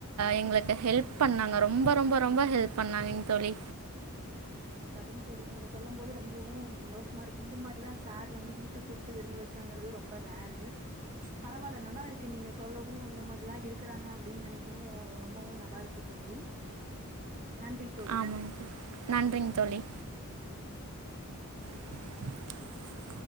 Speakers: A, on the right; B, on the right.
A: எங்களுக்கு ஹெல்ப் பண்ணாங்க ரொம்ப ரொம்ப ரொம்ப ஹெல்ப் பண்ணாகேங்க தோழி
B: சரிங்க தோழி நீங்க சொல்லும் போது ரொம்பவு சந்தோஷமா இருக்கு இந்த மாரிலா சார் வந்து வீட்டுக்கு கூப்ட் ட்டு விருந்து வச்சாங்கறது ரொம்ப ரேரு பரவால்ல நல்லா இருக்கு நீங்க சொல்லவு இந்த மாரிலா இருக்குறாங்க அப்டி நெனைக்கவு ரொம்பவு நல்லாருக்கு தோழி நன்றி தோழி
A: ஆமாங்க நன்றிங்க தோழி <inaudible>